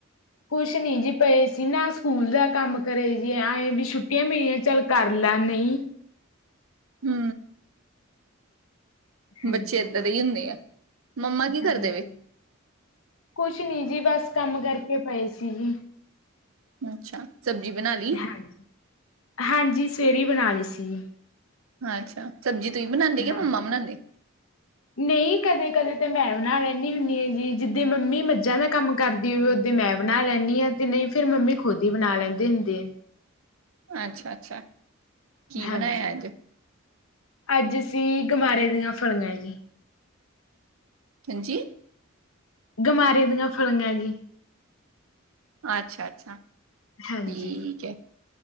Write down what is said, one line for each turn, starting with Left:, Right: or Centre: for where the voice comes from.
Left: ਕੁਛ ਨੀ ਜੀ ਪਏ ਸੀ। ਨਾ ਸਕੂਲ ਦਾ ਕੰਮ ਕਰੇ ਜੀ, ਐਏਂ ਵੀ ਛੁੱ ਟੀਆਂ ਪਈਆਂ ਚਲ ਚੱਲ ਕਰ ਲਾ, ਨਹੀਂ!
Right: ਹੂੰ।
Left: ਹਾਂਜੀ।
Right: ਬੱਚੇ ਏਦਾਂ ਦੇ ਹੀ ਹੁੰਦੇ ਆ। ਮੰਮਾ ਕੀ ਕਰਦੇ
Left: ਹਾਂਜੀ,
Right: ਵੇ
Left: ਕੁਛ ਨੀ ਜੀ ਬਸ ਕੰਮ ਕਰਕੇ ਪਏ ਸੀ ਜੀ।
Right: ਅੱਛਾ। ਸਬਜ਼ੀ ਬਣਾ ਲੀ?
Left: ਹਾਂਜੀ। ਹਾਂਜੀ, ਸਵੇਰੇ ਬਣਾ ਲਈ ਸੀ ਜੀ।
Right: ਅੱਛਾ, ਸਬਜ਼ੀ ਤੁਸੀਂ ਬਣਾਨਦੇ ਕਿ
Left: ਹਾਂਜੀ।
Right: ਮੰਮਾ ਬਣਾਨਦੇ?
Left: ਨਹੀਂ ਕਦੇ - ਕਦੇ ਤਾਂ ਮੈਂ ਬਣਾ ਲੈਂਨੀ ਹੁੰਦੀ ਆ ਜੀ, ਜਿੱਦਾਂ ਮੰਮੀ ਮੱਝਾਂ ਦਾ ਕੰਮ ਕਰਦੀ ਹੋਵੇ ਓ ਦੇ ਮੈਂ ਬਣਾ ਲੈਂਨੀ ਆ ਤੇ, ਨਹੀਂ ਫੇਰ ਮੰਮੀ ਖੁਦ ਹੀ ਬਣਾ ਲੈਂਦੇ ਹੁੰਦੇ ਏ।
Right: ਅੱਛਾ- ਅੱਛਾ। ਕੀ
Left: ਹਾਂਜੀ।
Right: ਬਣਾਇਆ ਅੱਜ
Left: ਅੱਜ ਅਸੀਂ ਗਮਾਰੇ ਦੀਆਂ ਫਲੀਆਂ ਜੀ।
Right: ਹਾਂਜੀ!
Left: ਗਮਾਰੇ ਦੀਆਂ ਫਲੀਆਂ ਜੀ।
Right: ਅੱਛਾ- ਅੱਛਾ
Left: ਹਾਂਜੀ
Right: ਠੀਕ ਐ,